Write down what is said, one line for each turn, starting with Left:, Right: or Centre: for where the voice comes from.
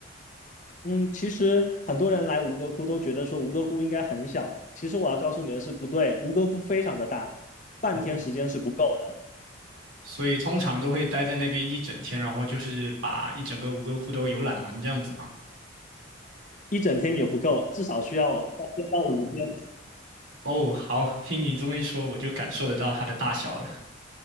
Left: 嗯，其实很多人来吴哥窟都觉得说吴哥窟应该很小，其实我要告诉你的是不对，吴哥窟非常的大，半天时间是不够的。
Right: 哦，所以通常都会待在那边一整天，然后就是把一整个吴哥窟都游览完这样子嘛。
Left: 一整天也不够，至少需要三天到五天。
Right: 哦，好，听你这么一说，我就感受得到它的大小了。